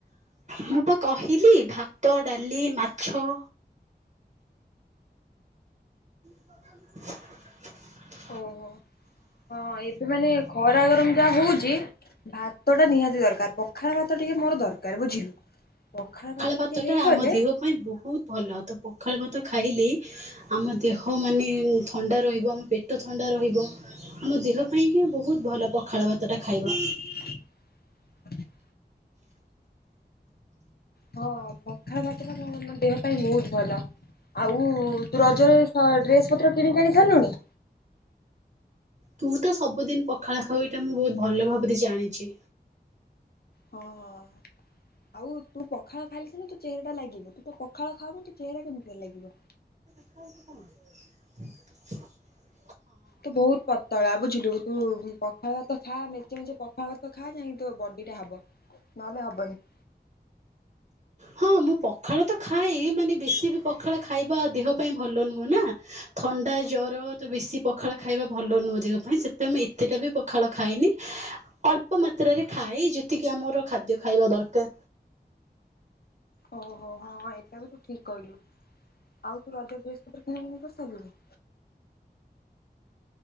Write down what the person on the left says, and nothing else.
ଓହୋ! ହଁ, ଏବେ ମାନେ ଖରା ଗରମ ଯାହା ହଉଚି ଭାତ ଟା ନିହାତି ଦରକାର। ପଖାଳ ଭାତ ଟିକେ ମୋର ଦରକାର ବୁଝିଲୁ। ପଖାଳ ଭାତ
ଟିକେ ହେଇଗଲେ
<inaudible> ହଁ, ପଖାଳ ଭାତ ଟା ମ- ମାନେ ଦେହ ପାଇଁ ବହୁତ ଭଲ। ଆଉ ତୁ ରଜରେ ସ-ଡ୍ରେସ୍ ପତ୍ର କିଣିକି ଆଣି ସାରିଲୁଣି?
ହଁ, ହଁ। ଆଉ ତୁ ପଖାଳ ଖାଇଲେ ସିନା ତ ଚେହେରା ଟା ଲାଗିବ। ତୁ ତ ପଖାଳ ଖାଉନୁ ତ ଚହେରା କେମିତିକା ଲାଗିବ?
ତୁ ବହୁତ ପତଳା ବୁଝିଲୁ, ତୁ ଉଁ, ପଖାଳ ଭାତ ଖା ମେଚେ ମେଚେ ପଖାଳ ଭାତ ଖା ଯାଇକି ତୋ ବଡି ଟା ହବ। ନହେଲେ ହବନି।
ଓହୋ, ହଁ ଏଟା ବି ତୁ ଠିକ କହିଲୁ। ଆଉ ତୁ ରଜ ଡ୍ରେସ୍ ପତ୍ର କିଣା କିଣି କରିସାଇଲୁଣି?